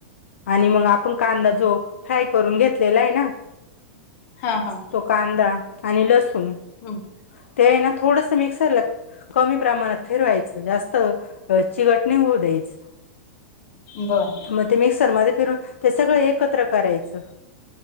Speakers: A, on the left; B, on the left.
A: आणि मग आपण कांदा जो फ्राय करून घेतलेला आहे ना
B: हा हा.
A: तो कांदा आणि लसूण.
B: हम
A: ते ना थोडंस मिकसर लाग कमी प्रमाणात फिरवायचं जास्त चिघटणी होऊ द्यायच.
B: बर.
A: मग ते मिक्सरमध्येध्ये फिरून ते सगळं एकत्र करायचं.